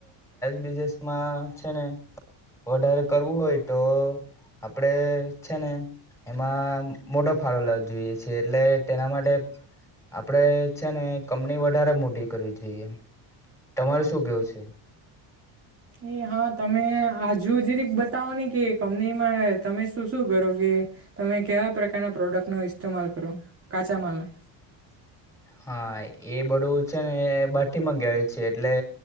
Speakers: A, in the centre; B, on the right.
A: બીજ છેને વધારે કરવું હોય તો, આપડે છે ને, એમાં મોટો ફાળો લાવ જોઈએ છે એટલે તેના માટે આપડે છે ને, કમની વધારે મોટી કરવી જોઈએ. તમારે શું કેવું છે?
B: એ હા તમે હજુ જરીક બતાવો કે કંપનીમાં તમે શું શું કરો કે તમે કેવા પ્રકારના પ્રોડક્ટ નું ઇસ્તેમાલ કરો, કાચા માલના?
A: <unintelligible> <inaudible> હા એ બધું છે ને બાઠી મંગાવીએ છે એટલે